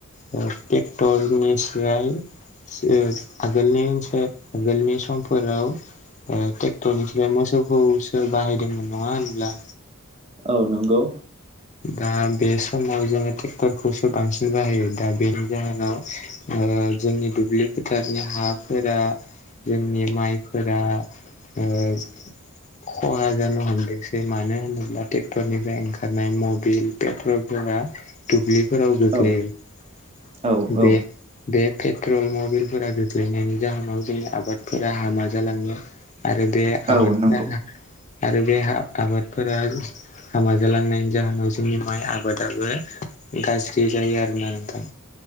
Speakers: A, on the left; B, on the right.
A: ट्रेक्टरनिसाय <unintelligible> आगोलनिस आगोलनि समफोराव ट्रेक्टरनिफ्राय मोसौखौसो बाहायदोंमोन नङा होनब्ला
B: औ नंगौ
A: दा बे समाव जोङो ट्रेक्टरखौसो बांसिन बाहायो दा बेनि जाहोनाव ओ जोंनि दुब्लि फोथारनि हाफोरा जोंनि माइफोरा <inaudible> खहा जानो हमदोंसै मानो होनोब्ला ट्रेक्टरनिफ्राय ओंखारनाय मु बिल पेट्रलफोरा दुब्लिफोराव गोग्लैयो
B: औ औ औ
A: बे बे पेट्रल मबलफोरा गोग्लैनायनि जाहोनाव जोंनि आबादफोरा हामा जालाङो। आरो बे आबादफोरा
B: औ नंगौ
A: आरो बे आबादफोरा हामा जालांनायनि जाहोनाव जोंनि माइ आबादाबो गाज्रि जायो आरोना नोंथां